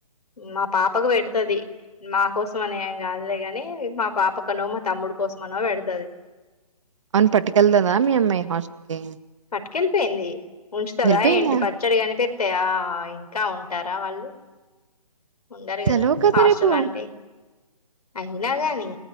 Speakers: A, on the left; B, on the right.
A: మా పాపకు పెడుతది మా కోసం అనేం కాదులే గాని మా పాపకనో మా తమ్ముడు కోసం అనో పెడతది
B: అవును పట్టుకెళ్దదా మీ అమ్మాయి హాస్టల్ కి
A: అక్కటుకెళ్ళిపోయింది ఉంచుదా
B: వెళ్ళిపోయిందా?
A: ఏంటి పచ్చడి కాని పె తె అ ఇంకా ఉంటారా వాళ్ళు ఉండరు
B: సెలవు కదా
A: హాస్టల్
B: రేపు
A: అంటే అయినా గాని